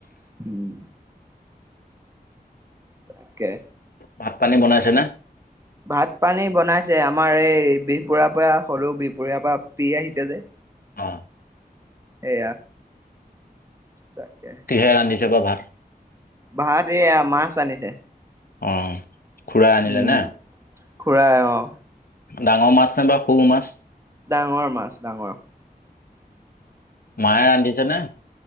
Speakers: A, on the right; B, on the left.
A: উম তাকে।
B: ভাত পানী বনাইছে ন
A: ভাত পানী বনাইছে আমাৰ এই বিহ বুঢ়াৰ পৰা হলেও বিহবঢ়াৰ পৰা পি আহিছে যে
B: অ
A: সেইয়া। তাকে
B: কিহে ৰান্ধিছে বা ভাল।
A: ভাত এইয়া মাছ আনিছে।
B: অ খুৰা আনিলে
A: উম
B: নে-
A: খুৰাই অহঁ
B: ডাঙৰ মাছ নাই বা সৰু মাছ।
A: ডাঙৰ মাছ ডাঙৰ।
B: মায়ে ৰান্ধিছে নে?